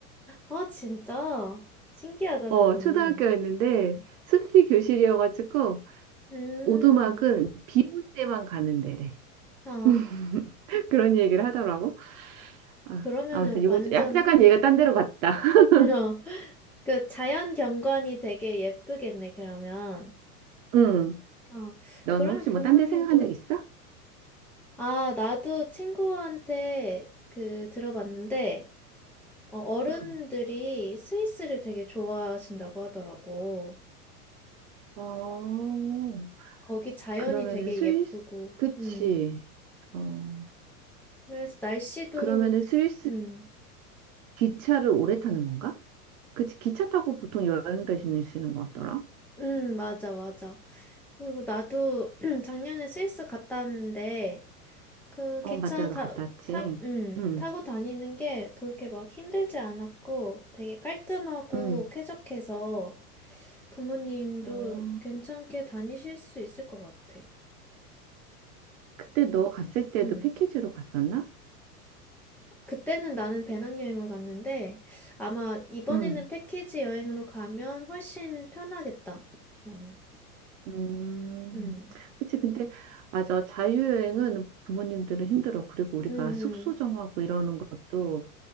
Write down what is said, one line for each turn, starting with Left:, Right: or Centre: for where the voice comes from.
Centre: 아, 진짜? 신기하다,
Right: 어,
Centre: 그거는.
Right: 초등학교였는데
Centre: 음.
Right: 숲이 교실이어가지고
Centre: 음.
Right: 오두막은 비올 때만 가는 데래.
Centre: 아,
Right: <laughs> 그런 얘기를 하더라고. 아,
Centre: 그러면은
Right: 아무튼 요거
Centre: 완전,
Right: 약간 얘가 딴 데로 갔다. <laughs>
Centre: <laughs> 어, 그 자연 경관이 되게 예쁘겠네, 그러면.
Right: 응.
Centre: 어,
Right: 너는
Centre: 그러면
Right: 혹시
Centre: 부모님도,
Right: 뭐 딴 데 생각한 적 있어?
Centre: 아, 나도 친구한테 그 들어봤는데, 어, 어른들이
Right: 응
Centre: 스위스를 되게 좋아하신다고 하더라고.
Right: 어,
Centre: 거기 자연이
Right: 그러면은
Centre: 되게
Right: 스위스,
Centre: 예쁘고,
Right: 그치.
Centre: 음.
Right: 어,
Centre: 그래서 날씨도,
Right: 그러면은 스위스
Centre: 음.
Right: 기차를 오래 타는 건가? 그치, 기차 타고 보통 여행 대신 대신에 쓰는 것 같더라.
Centre: 음, 맞아, 맞아. 그리고 나도 <clears throat> 작년에 스위스 갔다 왔는데, 그
Right: 어,
Centre: 기차
Right: 맞다, 너
Centre: 타,
Right: 갔다 왔지.
Centre: 타, 음,
Right: 응,
Centre: 타고 다니는 게 그렇게 막 힘들지 않았고 되게 깔끔하고
Right: 응.
Centre: 쾌적해서 부모님도
Right: 어,
Centre: 괜찮게 다니실 수 있을 것 같아.
Right: 그때 너 갔을 때도
Centre: 음.
Right: 패키지로 갔었나?
Centre: 그때는 나는 배낭여행으로 갔는데 아마 이번에는
Right: 응.
Centre: 패키지 여행으로 가면 훨씬 편하겠다. 그러면.
Right: 음,
Centre: 음.
Right: 그치. 근데, 맞아. 자유여행은 부모님들은 힘들어. 그리고 우리가
Centre: 음.
Right: 숙소 정하고 이러는 것도